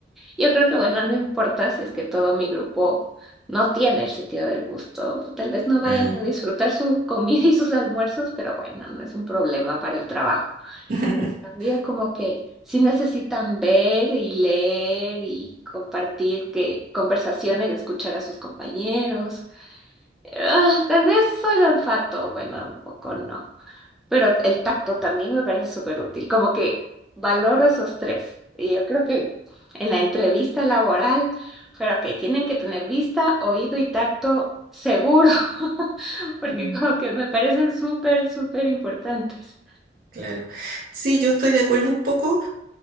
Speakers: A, in the centre; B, on the right.
A: yo creo que bueno, no importa si es que todo mi grupo no tiene el sentido del gusto, tal vez no vayan
B: Ah.
A: a disfrutar su comida y sus almuerzos, pero bueno, no es un problema para el trabajo.
B: <laughs>
A: cambio, como que sí necesitan ver y leer y compartir que conversaciones, escuchar a sus compañeros. Ah, tal vez soy el olfato, bueno, un poco no, pero el tacto también me parece súper útil, como que valoro esos tres. Y yo creo que en la entrevista laboral, pero ok, tienen que tener vista, oído y tacto seguro, <laughs> porque
B: Mm,
A: como que me parecen súper, súper importantes.
B: Claro. Sí, yo estoy de acuerdo un poco.